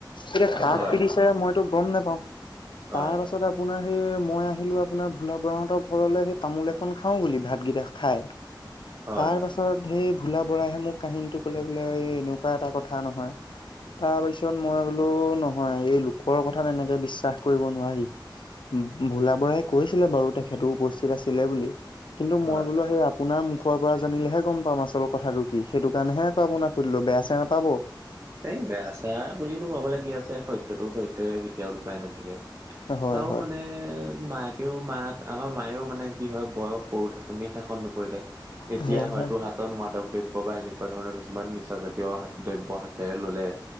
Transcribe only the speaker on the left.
এতিয়া কাক
পিটিছে মইতো গম নাপাও।
তাৰ
পাছত আ আপোনাৰ সেই মই আহিলো আপোনাৰ ভোলা বৰাহঁতৰ ঘৰলে সে তামোল এখন খাওঁ বুলি ভাতকেইটা খাই,
তাৰ
পাছত সেই ভোলা বৰাইহে মোক কাহিনীটো ক'লে বোলে এ এনেকুৱা এটা কথা নহয়। তাৰ পিছত মই বোলো নহয় এই লোকৰ কথা তেনেকে বিশ্বাস কৰিব নোৱাৰি। ভোলা বৰাহে কৈছিলে বাৰু তেখেতো উপস্থিত আছিলে বুলি কিন্তু
মই বোলো
সেয়া আপোনাৰ মুখৰ পৰা জানিলেহে গম পাম আচল কথাটো কি সেইটো কাৰণেহে আক আপোনাক সুধিলোঁ বেয়া চেয়া নাপাব।
হয় হয়
হয়
হয়